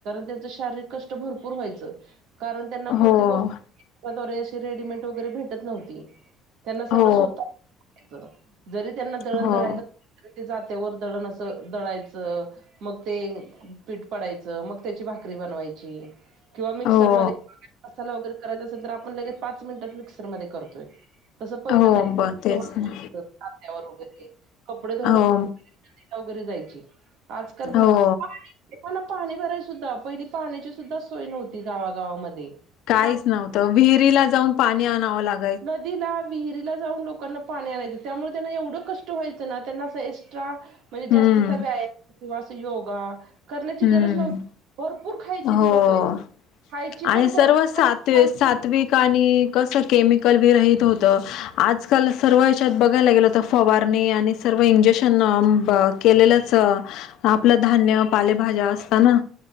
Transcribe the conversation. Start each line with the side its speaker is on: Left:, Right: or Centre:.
Right: त्यां श क भरपूर व्हा. त्यांना
Left: हो
Right: कोणती गोष्टे अशी रेडीमेट वगैरे भेटत नव्हती त्यांना सगळं
Left: हो
Right: स्वत जरी त्यांना दळण
Left: हो
Right: दळायचं ते जात्यावर दळण असं दळायचं. मग ते पीठ पडायचं मग त्याची भाकरी बनवायची. किंवा मिक्सर
Left: हो
Right: मध्ये मसाला वगैरे करायचा असेल तर आपण लगेच पाच मिनिटात मिक्सर म करतोय. तसं पहिलं
Left: हो
Right: नाही
Left: ब तेच ना
Right: त्यावर वगैरे कपडे धुयला.
Left: हो
Right: वगैरे जायची आजकाल घरा.
Left: हो
Right: ना पाणी भरय सुद्धा पहिली पाण्याची सुद्धा सोय नव्हती गावागावामध्ये.
Left: काहीच
Right: पा
Left: नव्हतं विहिरीला जाऊन पाणी आणावं लागत.
Right: नदीला विहिरीला जाऊन लोकांना पाणी आणायचं त्यामुळे त्यांना एवढं कष्ट. ना ए्रा म्हणजे
Left: हम्म
Right: जाचा व्यायाम योगा. करण्याची
Left: हम्म
Right: गरज नव्हती भरपूर खायची
Left: हो
Right: ती लोकं. खायची
Left: आणि
Right: पण
Left: सर्व
Right: भरपूर
Left: सात
Right: आणि
Left: सात्विक
Right: पण.
Left: आणि कसं केमिकल बी राहित होत. आजकाल सर्व याच्यात बघायला गेलं होत फवारणी आणि सर्व इंजेक्शन. केलेलंच आपलं धान्य. पालेभाज्या असताना